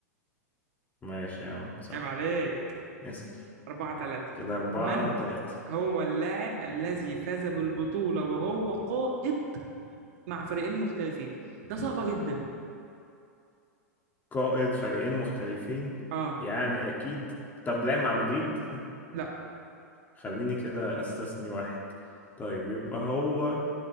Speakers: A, on the left; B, on the right.
A: ماشي يا عم صح
B: عيب عليك
A: اسأل
B: أربعة ثلاثة
A: كده أربعة
B: من
A: تلاتة
B: هو اللاعب الذي فاز بالبطولة وهو قائد مع فريقين مختلفين ده صعبة جدا
A: قائد فريقين مختلفين
B: اه
A: يعني أكيد طب لعب مع مدريد
B: لا
A: خليني كده أستثني واحد طيب يبقى هو